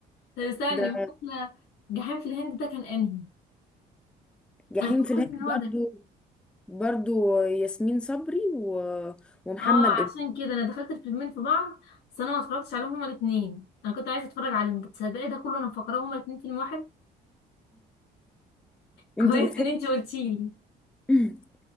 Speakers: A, on the left; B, in the centre.
A: طب استني
B: ده
A: مثلا جحيم في الهند ده كان انهي
B: جحيم
A: انا فكرت
B: في الهند
A: ان هو
B: برضه
A: ده
B: برضه ياسمين صبري و... ومحمد
A: اه عشان كده انا دخلت الفيلمين في بعض بس انا ما اتفرجتش عليهم هما الاثنين انا كنت عايزه اتفرج عليهم كنت تصدقي ده كله انا مفكراه هما الاثنين فيلم واحد <laughs>
B: انتي
A: كويس
B: بتحبي
A: ان انت قلتيلي
B: <clears throat>